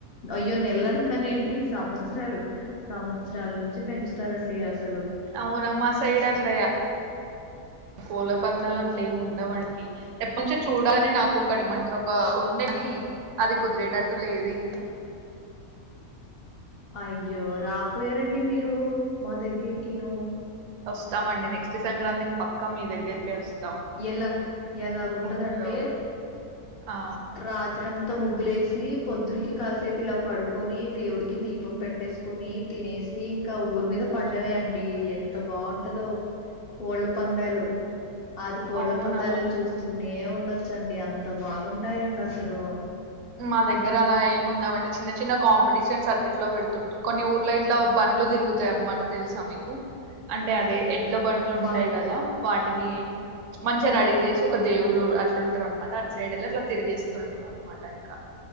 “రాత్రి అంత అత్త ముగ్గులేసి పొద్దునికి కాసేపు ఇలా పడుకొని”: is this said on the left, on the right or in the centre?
Left